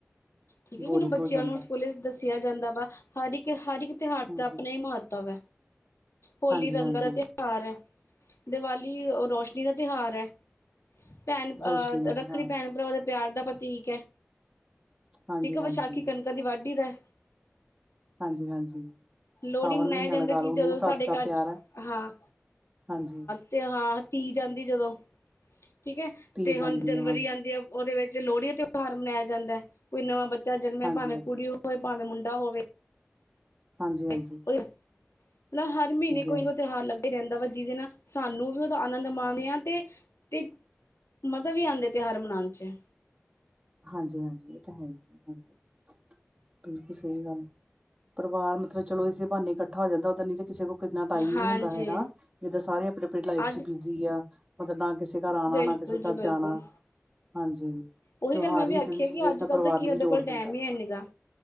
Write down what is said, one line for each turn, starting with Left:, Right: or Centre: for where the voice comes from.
Left: ਠੀਕ ਐ
Right: ਬੋਰਿੰਗ
Left: ਕਿਹਨੂੰ ਬੱਚਿਆਂ
Right: ਹੋ ਜਾਂਦਾ
Left: ਨੂੰ ਸਕੂਲੇ ਚ ਦੱਸਿਆ ਜਾਂਦਾ ਵਾ ਹਰ ਇੱਕ ਹਰ ਇੱਕ ਤਿਉਹਾਰ
Right: ਹਮ
Left: ਦਾ ਆਪਣੇ
Right: ਹਮ।
Left: ਮਹੱਤਵ ਹੋਲੀ
Right: ਹਾਂਜੀ
Left: ਰੰਗਾਂ
Right: ਹਾਂਜੀ
Left: ਦਾ ਤਿਉਹਾਰ ਐ। ਦੀਵਾਲੀ ਰੋਸ਼ਨੀ ਦਾ ਤਿਉਹਾਰ ਐ। ਭੈਣ
Right: ਰੋਸ਼ਨੀ
Left: ਅਹ
Right: ਦਾ
Left: ਰੱਖੜੀ
Right: ਤਿਉਹਾਰ
Left: ਭੈਣ ਭਰਾਵਾਂ ਦਾ ਪਿਆਰ ਦਾ ਪਰ ਤੀਕ ਐ,
Right: ਹਾਂਜੀ ਹਾਂਜੀ
Left: ਵਿਸਾਖੀ ਕਣਕਾਂ ਦੀ ਵਾਢੀ ਦਾ ਐ।
Right: ਹਾਂਜੀ ਹਾਂਜੀ
Left: ਲੋਹੜੀ
Right: ਸਾਵਨ
Left: ਮਨਾਇਆ
Right: ਮਹੀਨਾ
Left: ਜਾਂਦਾ
Right: ਲਗਾ
Left: ਕਿ
Right: ਲਓ
Left: ਜਦੋਂ
Right: ਨੂੰਹ ਸੱਸ
Left: ਸਾਡੇ
Right: ਦਾ
Left: ਘਰ
Right: ਪਿਆਰ
Left: ਚ
Right: ਹੈ
Left: ਹਾਂ
Right: ਹਾਂਜੀ।
Left: ਤਿਉਹਾਰ ਹਾਂ ਤੀਜ ਜਾਂਦੀ ਜਦੋਂ ਠੀਕ ਐ
Right: ਧੀ
Left: ਤੇ
Right: ਜਾਂਦੀ
Left: ਹੁਣ ਜਨਵਰੀ
Right: ਹੈ ਹਾਂਜੀ
Left: ਆਂਦੀ ਐ। ਉਹਦੇ ਵਿੱਚ ਲੋਹੜੀ ਦਾ ਤਿਉਹਾਰ ਮਨਾਇਆ ਜਾਂਦਾ ਐ, ਕੋਈ ਨਵਾਂ ਬੱਚਾ ਜਨਮੇ
Right: ਹਾਂਜੀ
Left: ਭਾਵੇਂ
Right: ਹਾਂਜੀ
Left: ਕੁੜੀ ਹੋਵੇ, ਭਾਵੇਂ ਮੁੰਡਾ ਹੋਵੇ।
Right: ਹਾਂਜੀ ਹਾਂਜੀ ਹਾਂਜੀ
Left: ਮਤਲਬ ਹਰ ਮਹੀਨੇ ਕੋਈ
Right: ਹਾਂਜੀ
Left: ਤਿਉਹਾਰ ਲੱਗਾ ਈ ਰਹਿੰਦਾ ਵਾ, ਜਿਹਦੇ ਨਾਲ ਸਾਨੂੰ ਵੀ ਉਹਦਾ ਆਨੰਦ ਮਾਣੇ ਆਂ ਤੇ ਤੇ ਮਜ਼ਾ ਵੀ ਆਂਦਾ ਤਿਉਹਾਰ ਮਨਾਉਣ ਚ
Right: ਹਾਂਜੀ ਹਾਂਜੀ ਇਹ ਤਾਂ ਹੈ ਹੀ ਹਾਂਜੀ। ਬਿਲਕੁਲ ਸਹੀ ਗੱਲ ਏ ਪਰਿਵਾਰ ਮਤਲਬ ਚਲੋ ਇਸੇ ਬਾਹਨੇ ਕੱਠਾ ਹੋ ਜਾਂਦਾ ਉਦਾਂ ਨੀ ਤੇ ਕਿਸੇ ਕੋਲ ਕਿਨਾ ਟਾਈਮ
Left: ਹਾਂਜੀ
Right: ਨੀ ਹੁੰਦਾ ਹੈਗਾ ਨਾਂ, ਜਿੱਦਾਂ ਸਾਰੇ ਆਪਣੀ-ਆਪਣੀ ਲਾਈਫ
Left: ਅੱਜ
Right: ਚ ਬਿਜ਼ੀ ਆ ਮਤਲਬ ਨਾ ਕਿਸੇ ਘਰ ਆਣਾ,
Left: ਬਿਲਕੁਲ
Right: ਨਾ ਕਿਸੇ
Left: ਜੀ
Right: ਘਰ
Left: ਬਿਲਕੁਲ
Right: ਜਾਣਾ। ਹਾਂਜੀ।
Left: ਉਹੀ
Right: ਤਿਉਹਾਰ
Left: ਗੱਲ ਮੈਂ ਵੀ
Right: ਹੀ
Left: ਆਖਿਆ
Right: ਇੱਦਾਂ ਦੀ ਚੀਜ਼
Left: ਕਿ
Right: ਹੈ
Left: ਅੱਜ-ਕੱਲ
Right: ਜਿਹੜਾ ਪਰਿਵਾਰ
Left: ਤਾਂ ਕੀਹਦੇ
Right: ਨੂੰ ਵੀ ਜੋੜ
Left: ਕੋਲ
Right: ਦਿੰਦਾ
Left: ਟਾਈਮ
Right: ਹੈ।
Left: ਹੀ ਹੇਨੀ ਗਾ।